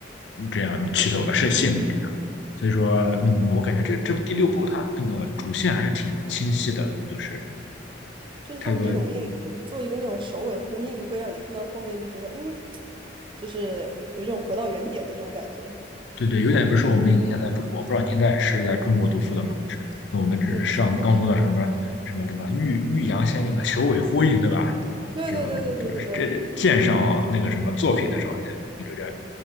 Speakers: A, on the left (about 70°); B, on the right (about 25°).
A: 这样取走了是性命这样。所以说，嗯，我感觉这这第六部它那个主线还是挺清晰的，就是
B: 就是他们这种电影做一个那种首尾呼应，
A: 它有个
B: 会让你看到后面就觉得嗯，就是有种回到原点的这种感觉。
A: 对对，有点不是我们以前在中国，不知道您在是在中国读书的吗？是，那我们这是上高中的什么什么对吧？
B: 嗯，小说是。
A: 欲欲扬先抑嘛，求尾呼应对吧？
B: 对对对对对对对。
A: 这种这鉴赏那个什么作品的时候，那那这个